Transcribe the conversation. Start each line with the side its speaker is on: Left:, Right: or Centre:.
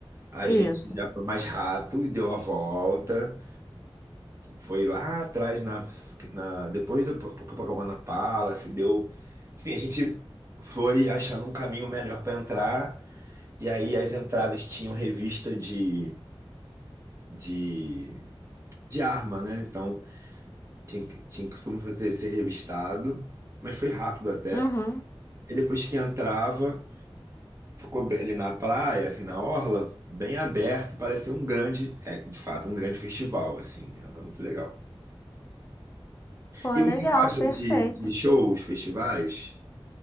Right: A
Left: isso.
Right: gente já foi mais rato e deu a volta foi lá atrás na, na depois do P- Copacabana Palace, deu, enfim, a gente foi achando um caminho melhor para entrar e aí as entradas tinham revista de, de, de arma, né? Então tinha que tinha que todo mundo fazer ser revistado, mas foi rápido até.
Left: Uhum.
Right: E depois que entrava Ficou bem- ali na praia, assim, na orla, bem aberto, parecia um grande, é, de fato, um grande festival, assim, era muito legal.
Left: Pô,
Right: E você
Left: legal,
Right: gosta
Left: perfeito.
Right: de, de shows, festivais,